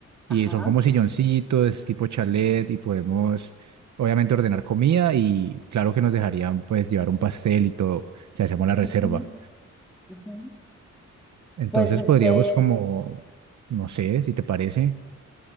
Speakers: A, in the centre; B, on the right (about 70°).
A: ajá.
B: y son como silloncitos, tipo chalet y podemos obviamente ordenar comida y claro que nos dejarían pues llevar un pastel y todo si hacemos la reserva.
A: Ujú, ujú.
B: Entonces
A: Pues este,
B: podríamos como, no sé, si te parece.